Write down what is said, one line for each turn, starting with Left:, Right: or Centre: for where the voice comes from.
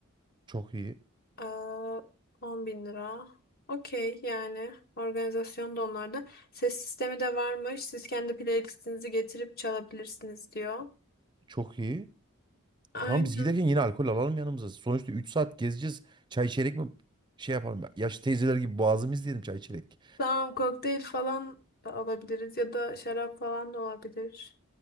Right: Çok iyi.
Left: Aa, 10 bin lira. Okey yani organizasyon da onlarda. Ses sistemi de varmış. Siz kendi playlistinizi getirip çalabilirsiniz diyor.
Right: Çok iyi.
Left: Aynen.
Right: Tamam biz giderken yine alkol alalım yanımıza. Sonuçta 3 saat gezeceğiz. Çay içerek mi şey yapalım? ya? Yaşlı teyzeler gibi boğazımız diyelim çay içerek.
Left: Tamam kokteyl falan da alabiliriz ya da şarap falan da olabilir.